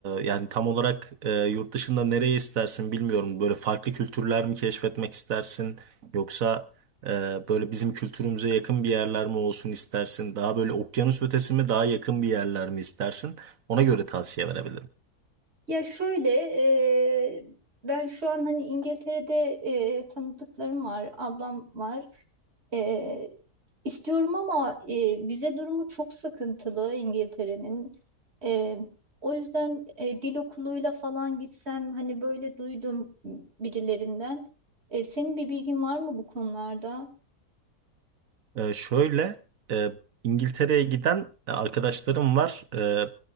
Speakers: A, on the right; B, on the right.
A: yani tam olarak e, yurt dışında nereye istersin bilmiyorum. Böyle farklı kültürler mi keşfetmek istersin? Yoksa e, böyle bizim kültürümüze yakın bir yerler mi olsun istersin? Daha böyle okyanus ötesi mi daha yakın bir yerler mi istersin? Ona göre tavsiye verebilirim.
B: Ya şöyle, e, ben şu an hani İngiltere'de e, tanıdıklarım var, ablam var. E, istiyorum ama e, vize durumu çok sıkıntılı İngiltere'nin. E, o yüzden e, dil okuluyla falan gitsem hani böyle duydum birilerinden. E, senin bir bilgin var mı bu konularda?
A: Ee, şöyle e, İngiltere'ye giden e, arkadaşlarım var. Ee,